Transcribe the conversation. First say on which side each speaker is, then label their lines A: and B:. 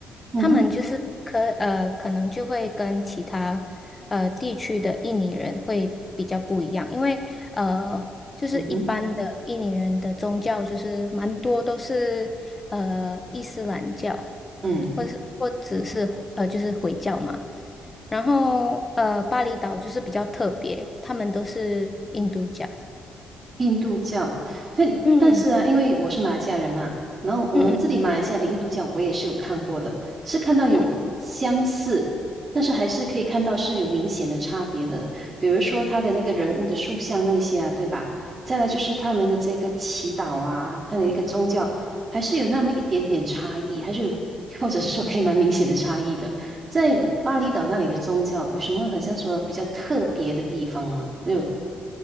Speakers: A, on the right (about 30°); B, on the left (about 25°).
A: 嗯哼
B: 他们就是可呃可能就会跟其他呃地区的印尼人会比较不一样，因为呃就是一般的印尼人的宗教就是蛮多都是呃伊斯兰教，
A: 嗯哼嗯。
B: 或是或者是呃就是回教嘛，然后呃巴厘岛就是比较特别，他们都是印度教。
A: 印度教，但但是啊，
B: 嗯
A: 因为我是马来西亚人嘛，然后我们这里马来西亚的印度教我也是有看过的，
B: 嗯嗯
A: 是看到有相似，
B: 嗯嗯
A: 但是还是可以看到是有明显的差别的，比如说他的那个人物的塑像那些啊，对吧？再来就是他们的这个祈祷啊，他的一个宗教，还是有那么一点点差异，还是有或者是说可以蛮明显的差异的。在巴厘岛那里的宗教有什么很像说比较特别的地方吗？就